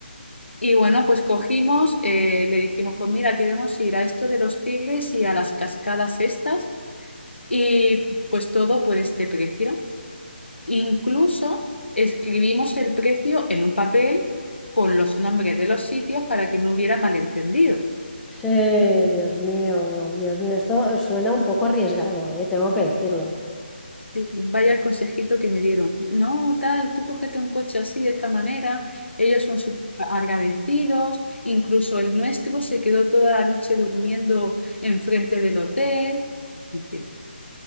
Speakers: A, on the left (about 90°); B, in the centre.
A: Y bueno, pues cogimos, eh, le dijimos, pues mira, queremos ir a esto de los tigres y a las cascadas estas, y pues todo por este precio. Incluso escribimos el precio en un papel con los nombres de los sitios para que no hubiera malentendidos.
B: Sí, Dios mío, Dios mío. Esto suena un poco arriesgado, eh, tengo que decirlo.
A: Sí, vaya el consejito que me dieron. No, tal, tú cógete un coche así, de esta manera. Ellos son súper agradecidos. Incluso el nuestro se quedó toda la noche durmiendo enfrente del hotel. En fin,